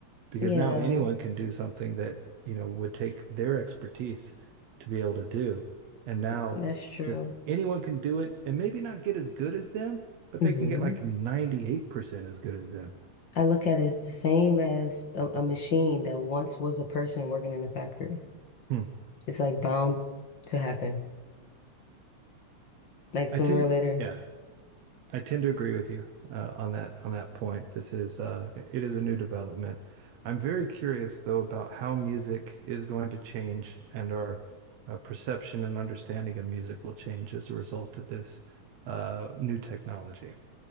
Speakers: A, on the right; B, on the left.
A: because
B: Yeah,
A: now anyone can do something that you know would take their expertise to be able to do and now
B: that's true.
A: just anyone can do it and maybe not get as good as them but
B: hmm
A: they can get like 98% as good as them
B: I look at it as the same as a, a machine that once was a person working in a factory.
A: hmm.
B: It's like bound to happen. Like sooner
A: i tend
B: or later,
A: yeah I tend to agree with you uh, on that on that point. This is uh, it is a new development. I'm very curious though about how music is going to change and our uh, perception and understanding of music will change as a result of this uh, new technology.